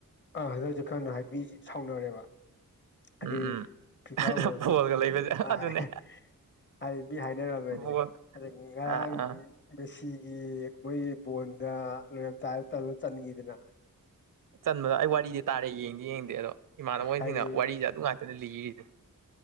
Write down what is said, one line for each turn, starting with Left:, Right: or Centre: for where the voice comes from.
Left: ꯑꯥ ꯍꯟꯗꯛꯁꯦ ꯈꯔ <unintelligible> ꯁꯥꯎꯅꯔꯦꯕ <unintelligible>
Right: ꯎꯝ ꯎꯝ
Left: ꯐꯤꯐꯥ ꯋꯥꯔꯜ
Right: ꯕꯣꯜꯒ
Left: ꯀꯞ <unintelligible>
Right: ꯂꯩꯕꯁꯦ ꯑꯗꯨꯅꯦ
Left: ꯍꯥꯏꯗꯤ ꯍꯥꯏꯅꯔꯝꯃꯦꯅꯦ
Right: ꯕꯣꯜ
Left: ꯑꯗꯒꯤ ꯉꯔꯥꯡ
Right: ꯑꯥ ꯑꯥ
Left: ꯃꯦꯁꯤꯒꯤ ꯃꯣꯏ ꯕꯣꯟꯗ ꯂꯣꯏꯔꯝ ꯇꯥꯏ ꯇꯧꯔ ꯆꯟꯒꯤꯗꯅ
Right: ꯆꯟꯕꯗ ꯑꯩ ꯋꯥꯔꯤꯗꯤ ꯇꯥꯔꯦ ꯌꯦꯡꯗꯤ ꯌꯦꯡꯗꯦ ꯑꯗꯣ ꯏꯃꯥꯟꯅꯕꯃꯣꯏꯁꯤꯡꯅ
Left: ꯍꯥꯏꯗꯤ
Right: ꯋꯥꯔꯤꯁꯦ ꯑꯗꯨ ꯉꯥꯛꯇꯅ ꯂꯤꯔꯤꯁꯦ